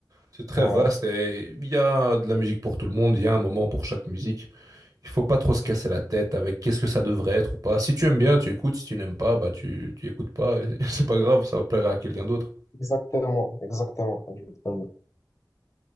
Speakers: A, on the right (about 50°); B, on the left (about 40°).
A: C'est très
B: Ouais,
A: vaste et il y a de la musique pour tout le monde, il y a un moment pour chaque musique. Il faut pas trop se casser la tête avec qu'est-ce que ça devrait être ou pas. Si tu aimes bien, tu écoutes. Si tu n'aimes pas, bah tu, tu écoutes pas. et <laughs> C'est pas grave, ça plaira à quelqu'un d'autre.
B: exactement, exactement, exactement.